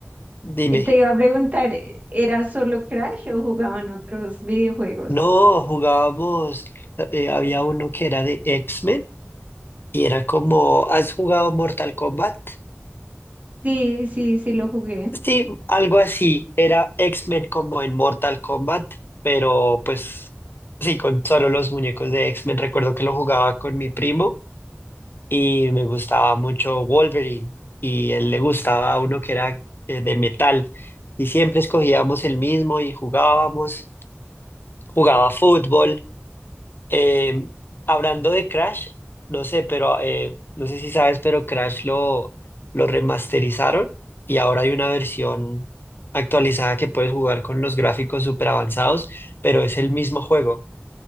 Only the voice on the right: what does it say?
te iba a preguntar, ¿era solo Crash o jugaban otros videojuegos?
Sí, sí, sí lo jugué.